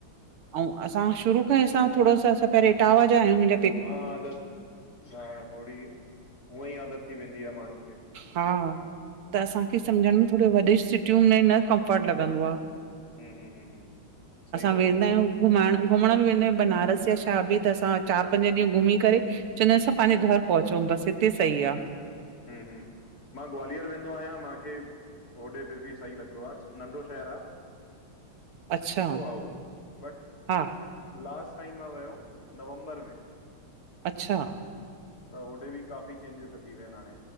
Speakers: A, on the right; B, on the left.
A: आऊं असां शुरू खां ई असां थोरो असां पेरियों इटावा जा आयूं मुंजा
B: हा आदत हा होड़ी हूअं ई आदत थी वेंदी आहे माण्हू खे।
A: हा त असांखे सम्झण में थोरो वडे सि टियूं में न कम्फर्ट लगंदो आ,
B: हम्म हम्म हम्म हम्म सही
A: असां
B: था
A: वेंदा
B: चओ
A: आयूं। घुमाइण घुमण बि वेंदा आयूं बनारस या छा बि त असां चारि पंज ॾींहं घुमी करे चंदायूं असां पांजे घर पहुचऊ बसि हिते सही आ
B: हू हूं, मां ग्वालियर वेंदो आयां मांखे होॾे फिर बि सही लॻदो आ नंढो शहर आ।
A: अच्छा
B: सुठो आ उहो बट
A: हा
B: लास्ट टाइम मां विय हुयमि नवंबर में।
A: अच्छा।
B: त होॾे बि काफ़ी चेंजिस अची विया इन हाणे